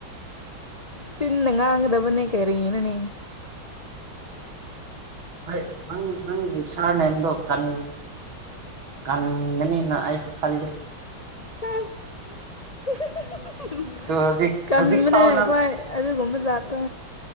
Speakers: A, on the left; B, on the right.
A: ꯆꯤꯟꯅ ꯉꯥꯡꯒꯗꯕꯅꯦ ꯀꯔꯤꯅꯣꯅꯦ
B: ꯍꯣꯏ ꯅꯪ ꯅꯪꯒꯤ ꯁꯔꯅꯦꯟꯗ ꯀꯟ ꯀꯟꯒꯅꯤꯅ ꯑꯩꯁꯨ ꯈꯜꯂꯤ
A: ꯎꯝ <unintelligible>
B: ꯑꯗꯣ ꯍꯧꯖꯤꯛ
A: ꯀꯟꯕꯅꯦ
B: ꯍꯧꯖꯤꯛ ꯐꯥꯎ
A: ꯑꯩꯈꯣꯏ
B: ꯅꯪ
A: ꯑꯗꯨꯒꯨꯝꯕ ꯖꯥꯇꯣ